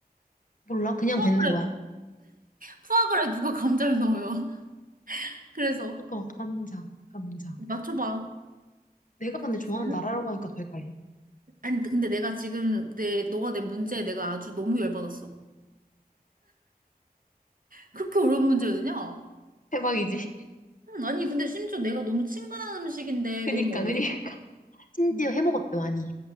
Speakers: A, on the left; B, on the right.
A: 몰라. 그냥
B: 푸아그라,
A: 뱉는 거야.
B: 푸아그라에 누가 감자를 넣어요? <laughs> 그래서
A: 잠깐만, 감자, 감자.
B: 맞춰봐.
A: 내가
B: 네.
A: 근데 좋아하는 나라라고 하니까 더 헷갈리네.
B: 아니, 근데 내가 지금 내, 너가 낸 문제에 내가 아주 너무 열받았어. 그렇게 어려운 문제를 내냐?
A: 대박이지? <laughs>
B: 음, 아니, 근데 심지어 내가 너무 친근한 음식인데
A: 그니까,
B: 너무 어려웠어.
A: 그니까. 심지어
B: 응.
A: 해먹었대, 많이.